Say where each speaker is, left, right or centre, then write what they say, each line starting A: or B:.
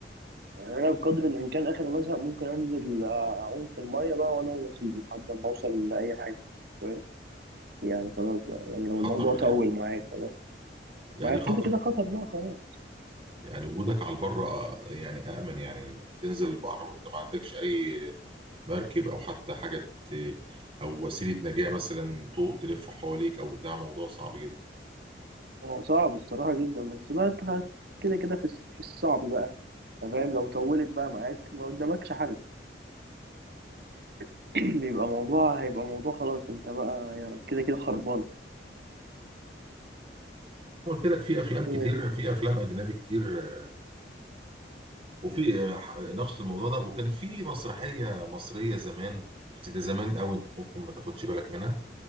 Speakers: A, on the right; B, on the right.
A: يعني أنا بقدر الإمكان آخر ما أزهق ممكن أنزل أعوم في المية بقى وأنا ونصيبي لحد ما أوصل لأي حاجة فاهم يعني خلاص بقى يعني لو الموضوع
B: خطر
A: طول
B: يعني
A: معاك خلاص
B: يعني
A: ما
B: خطر
A: كده كده خطر بقى خلاص
B: يعني وجودك على البر آه، يعني أأمن يعني تنزل البحر وأنت ما عندكش أي مركب أو حتى حاجة ت- أو وسيلة نجاة مثلا طوق تلف حواليك أو بتاع موضوع صعب جدا
A: هو صعب الصراحة جدا بس بقى أنت كده كده في الس- في الصعب بقى فاهم لو طولت بقى معاك ما قدامكش حل <clears throat> بيبقى موضوع هيبقى موضوع خلاص انت بقى يعني كده كده خربانة
B: قلت لك في أفلام كتير
A: هي دي.
B: في أفلام أجنبي كتير آه، وفي آه، ح- نقش الموضوع ده وكان في مسرحية مصرية زمان بس ده زمان أوي أنت ممكن ما تاخدش بالك منها